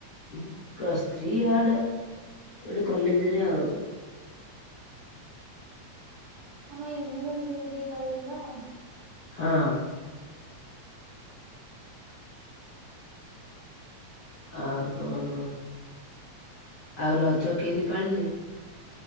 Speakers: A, on the left; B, on the right.
A: ହୁ ପ୍ଲସ ଥ୍ରି ଇଆଡେ ଗୋଟେ କଲେଜରେ ଆଉ
B: ଆମ ୟୁନଭର୍ସ ଦେଇ <unintelligible>
A: ହଁ। ଆଉ କଣ ଆଉ ରଜ କେମିତି ପାଳିଲେ?